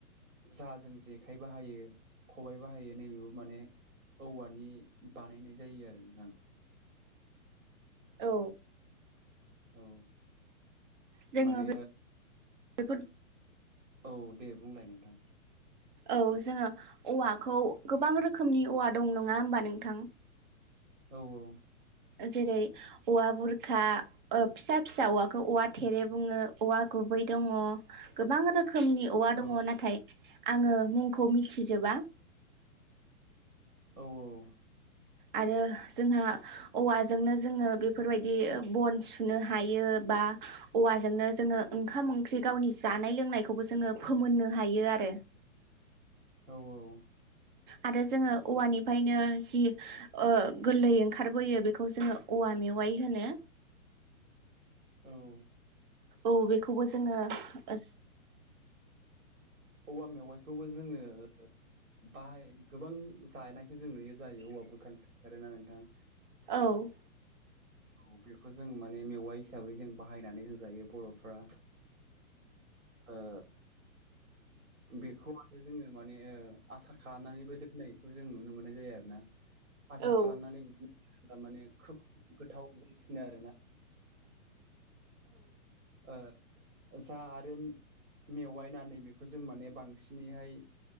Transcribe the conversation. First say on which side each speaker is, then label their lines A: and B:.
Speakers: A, on the right; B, on the right.
A: जाजों जेखाइ बाहायो खबाइ बाहायो नैबेबो माने औवानि बानायनाय जायो आरो ना थां
B: औ
A: औ
B: जोङो
A: माने
B: बेफोर
A: ओ औ दे बुंलाय नोंथां
B: औ जोङो औवाखौ गोबां रोखोमनि औवा दं नङा होमबा नोंथां
A: औ औ
B: जेरै औवा बुरखा ओ फिसा फिसा औवाखौ औवा थेरे बुङो औवाखौ बै दङ गोबां रो खोमनि औवा दङ
A: औ
B: नाथाइ आङो मुखौ मिथिजोबा
A: औ औ
B: आरो जोंहा औवाजोंनो जोङो बेफोरबायदि बन सुनो हायो । ओ बा औवाजोंनो जोङो ओंखाम ओंख्रि गावनि जानाय लोंनायखौबो जोङो फोमोननो हायो। <unintelligible>
A: औ औ
B: आरो जोङो औवानिफ्रायनो जि ओ गोरलै ओंखारबोयो बेखौ जोङो औवा मेवाइ होनो।
A: ओ
B: औ बेखौबो जोङो ओ
A: औवा मेवाइखौबो जोङो ओ ओ बाहाय गोबां जानायखो जों नुयो जायो औवाफोर बुरखानिफ्राय आरो ना नोंथां।
B: औ।
A: औ बेखौ जों माने मेवाइ हिसाबै जों बाहायनानै होजायो बर'फ्रा। ओ बेखौ आरो जोङो माने ओ आसार खालामनानैबो दोननायखौ जों नुनो मोननाय जायो आरो ना। आसार
B: औ
A: खालामनानै बिदिनो दोनोब्ला माने खोब गोथाव बायसिनो आरोना। ओ जा आरो मेवायनानै बेखौ जों माने बांसिनैहाय